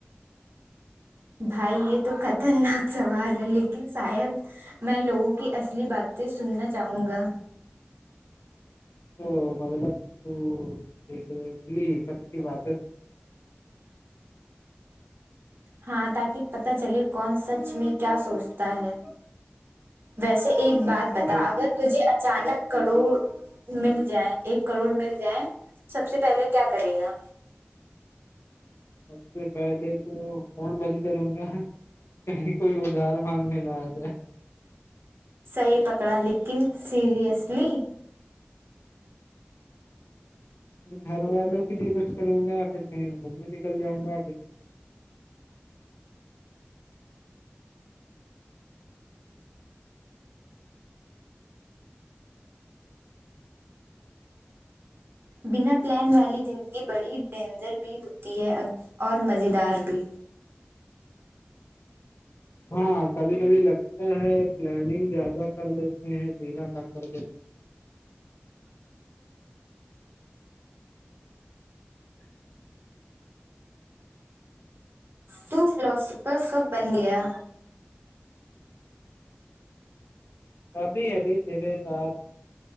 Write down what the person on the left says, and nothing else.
تو مطلب <unintelligible> سب کی بات
ہے۔
سب سے پہلے تو فون بند کروں گا کہیں کوئی ادھار مانگنے نہ آجائے ہے
گھر والوں کے لیے کچھ کروں گا پھر کہیں گھومنے نکل جاؤں گا
ہاں کبھی کبھی لگتا ہے پلاننگ زیادہ کر لیتے ہیں جینا کم کر دیتے
ابھی ابھی تیرے ساتھ